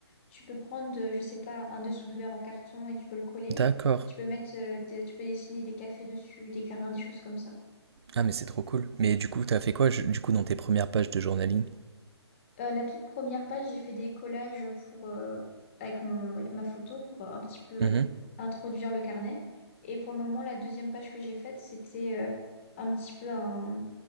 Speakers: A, on the left; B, on the right.
A: tu peux prendre, euh, je sais pas, un dessous de verre en carton et tu peux le coller.
B: D'accord.
A: Tu peux mettre, euh, des- tu peux dessiner des cafés dessus, des grains, des choses comme ça.
B: Ah, mais c'est trop cool. Mais du coup, t'as fait quoi, je- du coup, dans tes premières pages de journaling?
A: Euh, la toute première page, j'ai fait des collages pour, euh, avec mon, ma photo pour euh, un petit peu
B: Mhm.
A: introduire le carnet. Et pour le moment, la deuxième page que j'ai faite, c'était euh, un petit peu un